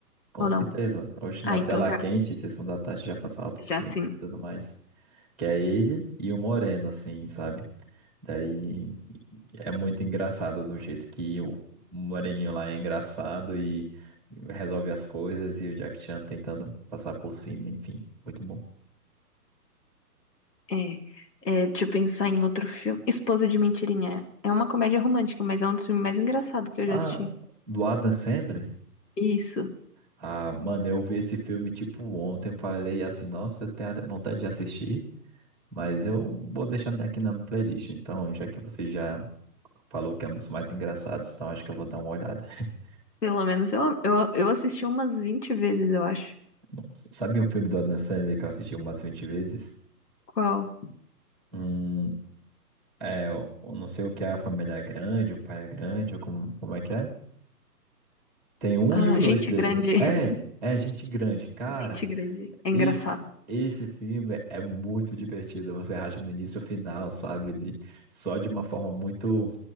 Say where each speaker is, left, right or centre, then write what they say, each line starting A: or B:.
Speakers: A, in the centre; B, on the left (about 80°).
A: com
B: Ou
A: certeza.
B: não?
A: Hoje
B: Ah,
A: na
B: então
A: tela
B: já.
A: quente, Sessão da Tarde já passou altos
B: Já
A: filmes
B: sim.
A: e tudo mais. Que é ele e o Moreno, assim, sabe? Daí é muito engraçado no jeito que o Moreninho lá é engraçado e resolve as coisas e o Jack Chan tentando passar por cima, enfim, muito bom.
B: É, é, deixa eu pensar em outro filme. Esposa de Mentirinha. É uma comédia romântica, mas é um dos filmes mais engraçados que eu
A: Ah,
B: já assisti.
A: do Adam Sandler?
B: Isso.
A: Ah, mano, eu vi esse filme tipo ontem, eu falei assim, nossa, eu tenho vontade de assistir. Mas eu vou deixar aqui na minha playlist. Então, já que você já falou que é um dos mais engraçados, então acho que eu vou dar uma olhada. <laughs>
B: Pelo menos eu, eu, eu assisti umas 20 vezes, eu acho.
A: Nossa, Sabe um filme do Adam Sandler que eu assisti umas 20 vezes?
B: Qual?
A: Hum, é, eu não sei o que é a família é grande, o pai é grande, ou como, como é que é? Tem um
B: Ah,
A: e o dois
B: Gente
A: dele.
B: Grande.
A: É,
B: <laughs>
A: é gente grande. Cara,
B: Gente Grande. É
A: Esse,
B: engraçado.
A: esse filme é muito divertido. Você racha no início e final, sabe? Ele- só de uma forma muito,